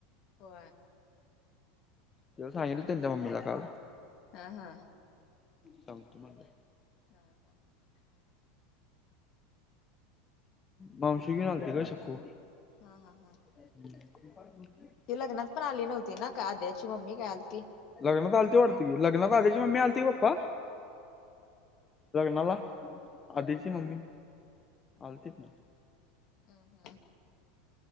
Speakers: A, on the left; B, on the left.
A: हो...
B: तेला सांगेल त्यांच्या मम्मीला काल
A: हा... हा....
B: सांग तुम्हाला
A: हा.... हा.
B: मावशी <inaudible> न बे का शकू
A: हा... हा... हा.
B: ह....
A: ती लग्नात पण आली नव्हती. ना का आद्याची मम्मी काय आलती.
B: लग्नत आलती वाटते की, लग्न आल्याची मम्मी आलीतीी पप्पा. लग्नाला, आधीची ममी, आलती. <inaudible>
A: हम्... हम्....